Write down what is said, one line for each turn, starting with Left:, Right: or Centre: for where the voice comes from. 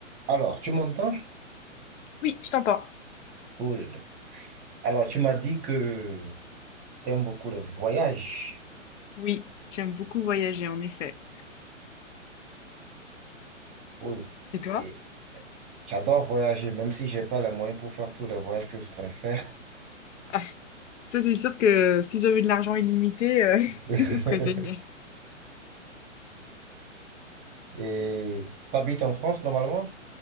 Right: Alors, tu m'entends?
Left: Oui, je t'entends.
Right: Cool. Alors, tu m'as dit que tu aimes beaucoup les voyages.
Left: Oui, j'aime beaucoup voyager, en effet.
Right: Cool.
Left: Et toi?
Right: Et j'adore voyager, même si j'ai pas les moyens pour faire tous les voyages que je voudrais faire.
Left: Ah, ça, c'est sûr que si j'avais de l'argent illimité, euh,
Right: <laughs>
Left: <laughs> ce serait génial.
Right: Et tu habites en France normalement?